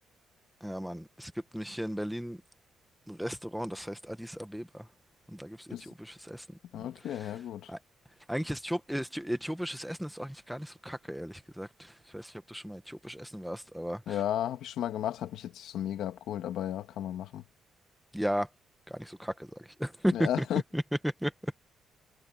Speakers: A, in the centre; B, on the left.
A: Ja, Mann, es gibt nämlich hier in Berlin ein Restaurant, das heißt Addis Abeba. Und da gibt es äthiopisches
B: bist,
A: Essen.
B: okay, ja gut.
A: Ei- Eigentlich ist Äthiop- äh, Äthi- äthiopisches Essen ist auch nicht, gar nicht so kacke, ehrlich gesagt. Ich weiß nicht, ob du schon mal äthiopisch essen warst, aber
B: Ja, habe ich schon mal gemacht, hat mich jetzt nicht so mega abgeholt, aber ja, kann man machen.
A: ja, gar nicht so kacke, sag ich. <laughs>
B: Ja,